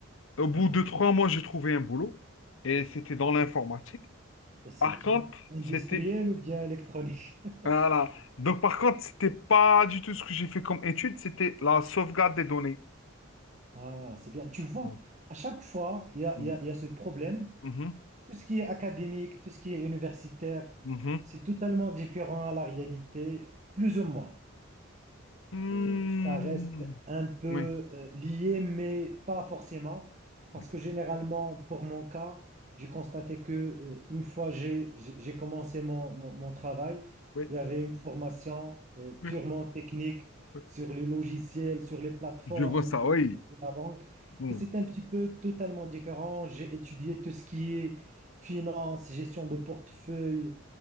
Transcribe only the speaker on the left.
Au bout
de trois mois, j'ai trouvé un boulot et c'était dans l'informatique.
Par
contre,
c'était...
Voilà. Donc, par contre, c'était pas du tout ce que j'ai fait comme étude, c'était la sauvegarde des données.
Oh.
Mm.
Mhm.
Mhm.
Mm.
Oui.
Oui.
Oui.
Oui.
Oui.
Je vois ça,
oui.
Mm.